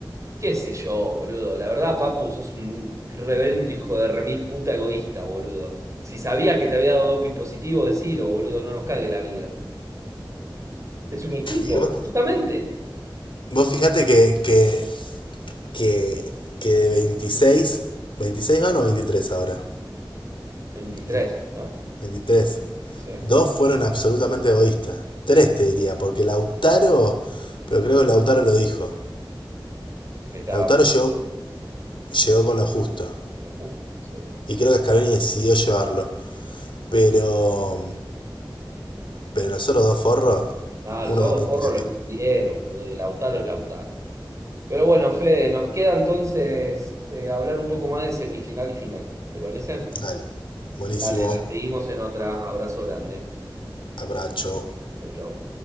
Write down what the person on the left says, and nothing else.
Y vos,
vos fijate que, que, que, que de 26, 26 van o 23 ahora.
Vein-
23.
Dos fueron absolutamente egoístas. Tres te diría, porque Lautaro, pero creo que Lautaro lo dijo.
Lautaro
llegó, llegó con lo justo.
Y creo que Scaloni decidió llevarlo.
Pero. Pero los otros dos forros,
uno
da pin
positivo.
Dale. Buenísimo.
abrazo